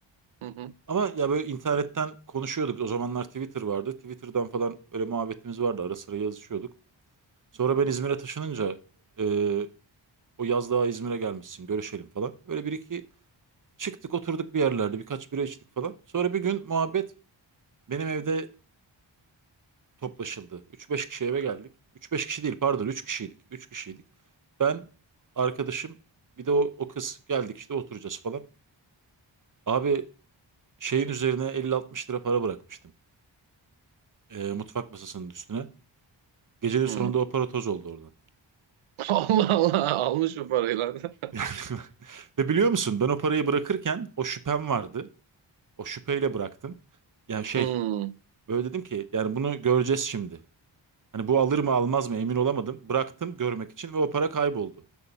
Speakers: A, on the right; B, on the right.
A: Hı hı.
B: Ama ya böyle internetten konuşuyorduk. O zamanlar Twitter vardı. Twitter'dan falan öyle muhabbetimiz vardı. Ara sıra yazışıyorduk. Sonra ben İzmir'e taşınınca e, o yaz daha İzmir'e gelmişsin görüşelim falan. Öyle bir iki çıktık oturduk bir yerlerde birkaç bira içtik falan. Sonra bir gün muhabbet benim evde toplaşıldı. Üç beş kişi eve geldik. Üç beş kişi değil pardon 3 kişiydik. 3 kişiydik. Ben, arkadaşım bir de o, o kız geldik işte oturacağız falan. Abi şeyin üzerine 50-60 lira para bırakmıştım. Ee, mutfak masasının üstüne. Gecenin sonunda
A: Hı.
B: o para toz oldu oradan. <laughs>
A: <laughs> Allah Allah almış bu parayı lan. <laughs>
B: Yani, ve biliyor musun ben o parayı bırakırken o şüphem vardı. O şüpheyle bıraktım. Yani şey
A: Hı.
B: böyle dedim ki yani bunu göreceğiz şimdi. Hani bu alır mı almaz mı emin olamadım. Bıraktım görmek için ve o para kayboldu.